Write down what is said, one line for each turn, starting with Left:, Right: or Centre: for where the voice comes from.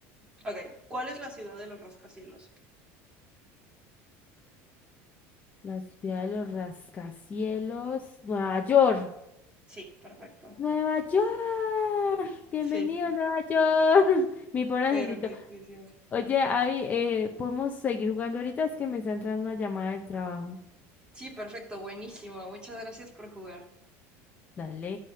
Right: ok, ¿cuál es la ciudad de los rascacielos?
Left: La ciudad de los rascacielos. Nueva York.
Right: Sí, perfecto.
Left: Nueva York. Bienvenido,
Right: Sí,
Left: a Nueva York. <laughs> Mi pobre
Right: perfectísimo.
Left: angelito. Oye, Abby, eh, ¿podemos seguir jugando ahorita? Es que me está entrando una llamada del trabajo.
Right: Sí, perfecto, buenísimo. Muchas gracias por jugar.
Left: Dale.